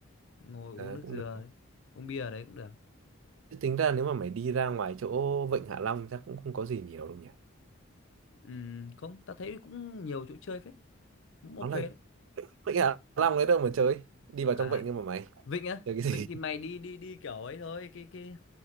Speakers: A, on the left (about 60°); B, on the right (about 65°).
A: ngồi uống
B: ờ,
A: nước
B: cũng
A: dừa
B: được
A: đấy uống bia ở đấy cũng được
B: chứ tính ra nếu mà mày đi ra ngoài chỗ Vịnh Hạ Long chắc cũng không có gì nhiều đâu nhỉ
A: Ừm, không ta thấy cũng nhiều chỗ chơi phết cũng ok
B: nó là
A: đấy
B: Vịnh Hạ Long đấy đâu mà chơi đi vào
A: à
B: trong vịnh nhưng mà mày
A: Vịnh á
B: chơi cái
A: Vịnh
B: gì
A: thì mày đi đi đi kiểu ấy thôi cái cái